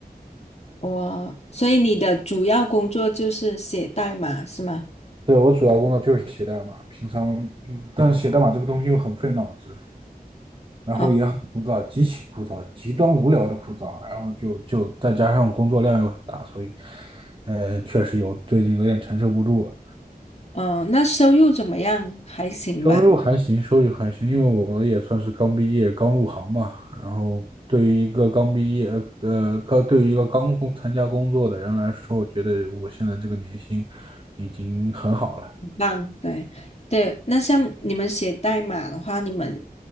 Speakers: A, on the left (about 40°); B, on the right (about 35°).
A: 我，所以你的主要工作就是写代码是吗？
B: 对，我主要工作就是写代码，平常，嗯但是写代码这个东西又很费脑子，然后也很枯燥，
A: 啊，
B: 极其枯燥，极端无聊的枯燥，然后就就再加上工作量又很大，所以，呃，确实有最近有点承受不住了。
A: 哦，那收入怎么样？还行吧。
B: 收入还行，收入还行，因为我也算是刚毕业、刚入行嘛。然后对于一个刚毕业、呃，刚对于一个刚工参加工作的人来说，我觉得我现在这个年薪已经很好了。
A: 棒，对对。那像你们写代码的话，你们